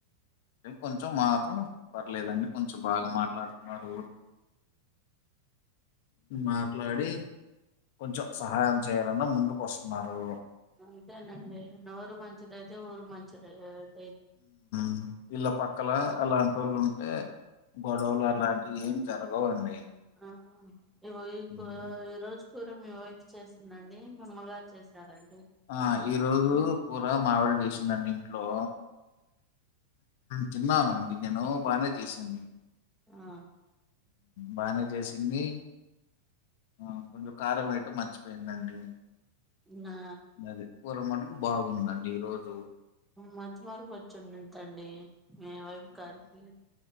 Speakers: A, on the left; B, in the centre.
A: కొంచెం మాతోనె పర్లేదండి కొంచెం బాగా మాట్లాడుతున్నారు మాట్లాడి కొంచెం సహాయం చేయాలన్నా ముందు కొస్తున్నారు
B: అంతేనండి నోరు మంచిదైతే ఊరు మంచిదై
A: మ్ ఇలా పక్కల అలాటోళ్లు ఉంటే గొడవలు అలాంటివి ఏం జరగవండి.
B: ఆ ఇగో ఈ
A: ఉమ్,
B: ఈ రోజ్ కూర మీ వైఫ్ చేసిందండి మీ అమ్మగార్ చేసారం
A: ఆ ఈ రోజు కూర మా ఆవిడ చేసిందండి ఇంట్లో తిన్నాను అండి నేను బానే చేసింది.
B: ఆ
A: బానే చేసింది ఆ కొంచం కారం వేయటం మర్చిపోయిందండి.
B: నా
A: గదే కూర మట్టుకు బాగుందండి ఈ రోజు
B: మతి మరుపు వచ్చుండ్ దండి మీ వైఫ్ గారికి